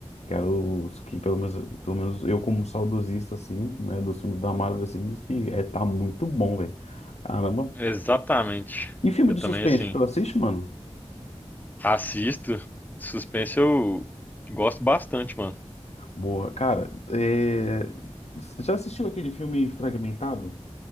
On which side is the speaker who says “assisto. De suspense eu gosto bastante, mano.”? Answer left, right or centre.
Left